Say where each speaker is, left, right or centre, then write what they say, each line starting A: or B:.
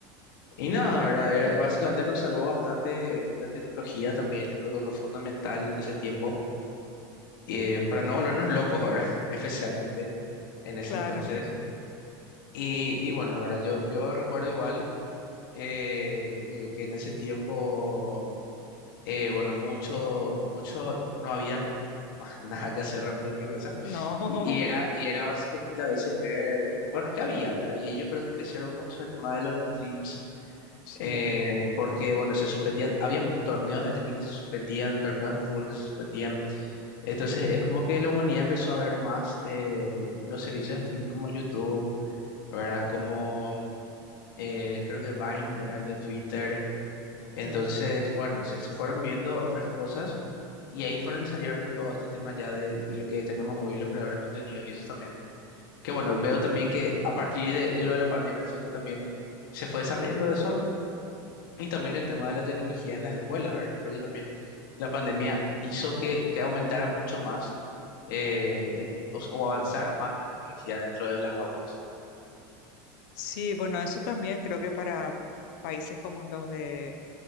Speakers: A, on the left; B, on the left.
A: Y nada, ¿verdad? Era- básicamente nos salvó bastante la tecnología también. Yo creo que fue fundamental en ese tiempo eh, para no volvernos locos, ¿verdad? <laughs> Especialmente en ese
B: Claro,
A: entonces. Y, y bueno, ¿verdad? Yo, yo recuerdo igual eh, que, que en ese tiempo, eh, bueno, mucho, mucho, no había más <laughs> nada que hacer realmente dentro de la casa.
B: no,
A: Y, y era, y era básicamente a veces ver, bueno, ¿qué había, ¿verdad? Y ahí yo creo que crecieron mucho el tema de los streams.
B: <laughs> sí.
A: eh, porque bueno, se suspendía, había mu- torneos de tenis que se suspendían, torneos de fútbol que se suspendían, Entonces es como que la humanidad empezó a ver más eh, los servicios de streaming como YouTube, ¿verdad? Como eh, creo que Vine era el de Twitter. Entonces,
B: mm.
A: bueno, se, se fueron viendo otras cosas y ahí fueron, salieron todo este tema ya de, de lo que tenemos hoy los creadores de contenidos y eso también. Que bueno, veo también que a partir de, de lo de la pandemia fue que también se fue desarrollando eso y también el tema de la tecnología en las escuelas, ¿verdad? Yo creo que también la pandemia hizo que, que aumentara mucho más eh, el- o, o avanzara más la tecnología dentro de las aulas.
B: Sí, bueno, eso también creo que para países como los de